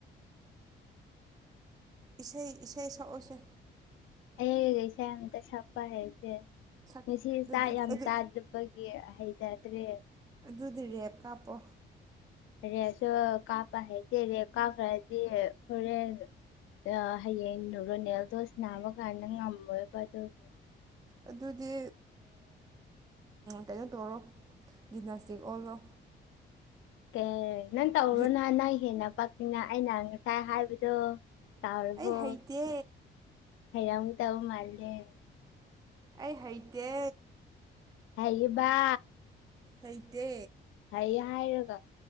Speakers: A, on the right; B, on the left.
A: ꯏꯁꯩ ꯏꯁꯩ ꯁꯛꯎꯁꯦ
B: ꯍꯒꯩꯁꯇ ꯆꯄ ꯍꯥꯏꯦꯗꯤꯦ
A: ꯁꯛ
B: ꯉꯁꯤ
A: ꯑꯗꯨ
B: ꯆꯥꯛ ꯌꯥꯝ
A: ꯑꯗꯨ
B: ꯇꯥꯗꯕꯒꯤ ꯍꯩꯖꯗ꯭ꯔꯦ
A: ꯇꯨꯗ꯭ꯔꯤꯔꯦꯞ ꯀꯥꯞꯄꯣ
B: ꯑꯦꯆ ꯀꯥꯄ ꯍꯥꯏ ꯔꯦ ꯀꯥꯄ ꯔꯗꯤ ꯍꯔꯦꯟ ꯑ ꯍꯌꯦꯣꯅꯦꯗꯣꯁꯅꯅꯥꯕ ꯀꯅ ꯉꯃꯕꯗꯒꯦ
A: ꯑꯗꯨꯗꯤ ꯀꯩꯅꯣ ꯇꯧꯔꯣ ꯖꯤꯝꯅꯥꯁꯇꯤꯛ ꯑꯣꯜꯂꯣ
B: ꯀꯦ ꯅꯪ ꯇꯧꯔꯣ
A: ꯖꯨ-
B: ꯅꯍ ꯅ ꯍꯦꯟꯅ ꯄꯥꯛꯇꯅ ꯑꯩꯅ ꯉꯥꯏ ꯍꯥꯏꯕꯗꯣ ꯀꯥꯎꯔꯕꯣ
A: ꯑꯩ ꯍꯩꯇꯦ
B: ꯍꯩꯔꯡ ꯇ ꯃꯥꯜꯜꯂꯤꯦ ꯑꯗꯦ
A: ꯑꯩ ꯍꯩꯇꯦ
B: ꯇꯕ
A: ꯑꯥꯏꯇ
B: ꯍꯏꯔꯒ